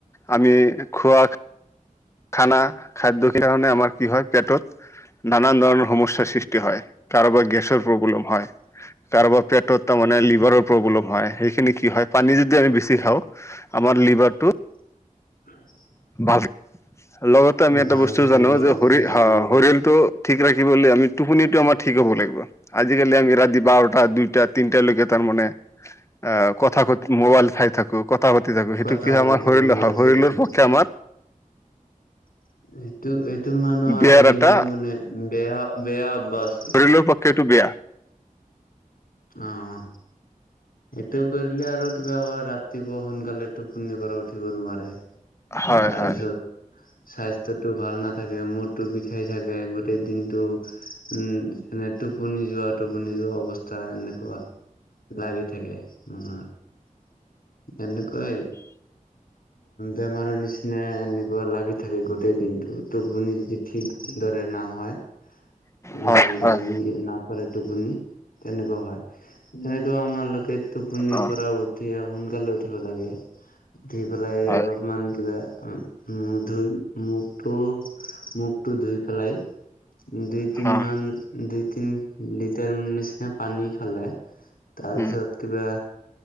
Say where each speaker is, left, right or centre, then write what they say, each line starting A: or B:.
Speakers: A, on the left (about 20°); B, on the left (about 85°).
A: আমি খোৱা খানা খাদ্য কি কাৰণে আমাৰ কি হয় পেটত নানান ধৰণৰ সমস্যাৰ সৃষ্টি হয় কাৰোবাৰ গেছৰ প্ৰব্লেম হয় কাৰোবাৰ পেটত তাৰমানে লিভ লিভাৰৰ প্ৰব্লেম হয় সেই খিনি কি হয় পানী যদি আমি বেছি খাওঁ আমাৰ লিভাৰটো
B: <unintelligible>
A: <unintelligible> লগতে আমি এটা
B: ভাল
A: বস্তু
B: থাকিব
A: জানো যে
B: আৰু
A: শৰীৰটো ঠিক ৰাখিবলৈ আমি টোপনিটো আমাৰ ঠিক হ'ব লাগিব আজিকালি আমি ৰাতি বাৰটা দুইটা তিনটা লৈকে তাৰ মানে আ কথা পাতি মোবাইল চাই থাকো কথা পাতি থাকো সেইটো
B: কথা
A: কি
B: পাতি
A: হয় আমাৰ
B: থাকো
A: শৰীৰৰ
B: মোবাইল
A: শৰীৰৰ
B: চাই থাকো
A: লপক্ষে আমাৰ
B: এইটো এইটো মানুহৰ
A: বেয়াৰ
B: আজিকালি
A: এটা
B: মানে বেয়া বেয়া বাছ
A: <unintelligible> <unintelligible> বেয়া
B: অ অ এইটো কৰিলে আৰু কিবা ৰাতিপুৱা সোনকালে টোপনিৰ পৰা উঠিব নোৱাৰে
A: হয়
B: তাৰপিছত
A: হয়
B: <inaudible> স্বাস্থ্যটো ভাল নাথাকে মুৰটো বিষাই থাকে গোটেই দিনটো উম এনে টোপুনি যোৱা টোপুনি যোৱা অৱস্থা তাই এনেকুৱা, লাগি থাকে। উম এনেকুৱাই। বেমাৰৰ নিচিনা এনেকুৱা লাগি, থাকে গোটেই দিনটো। টোপনি যদি ঠিক দৰে নহয়, উম
A: হয়
B: ঢাল ধাল
A: হয়
B: দিনপ <unintelligible> গ'লে টোপনি তেনেকুৱা হয়। এনেইটো আমালোকে টোপনিৰ
A: অ
B: পৰা উ- উঠি সোনকালে উঠিব লাগে। উঠি পেলাই
A: হয়
B: অলপমান কিবা উম, মুখ ধুই, মুখটো মুখটো ধুই পেলাই, দুই তিন
A: হা
B: মান, দুই তিন লিটাৰ নিচিনা পানী খালে, তাৰপিছত
A: উম
B: কিবা